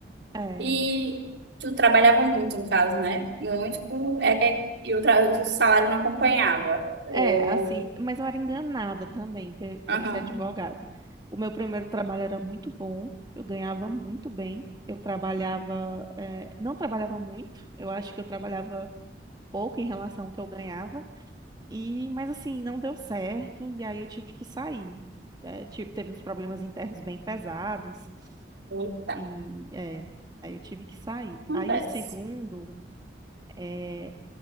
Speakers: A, on the right; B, on the right.
A: É,
B: E tu trabalhava muito, no caso, né? Muito. com- É que e o, tra- o salário não acompanhava. Ou.
A: É, assim, mas eu era enganada também pe-
B: Aham.
A: por esse advogado. O meu primeiro trabalho era muito bom, eu ganhava muito bem, eu trabalhava, eh, não trabalhava muito, eu acho que eu trabalhava pouco em relação ao que eu ganhava, e, mas assim, não deu certo, e aí eu tive que sair. É, ti- teve uns problemas internos bem pesados,
B: Eita,
A: e é, aí eu tive que sair.
B: acontece.
A: Aí o segundo, eh,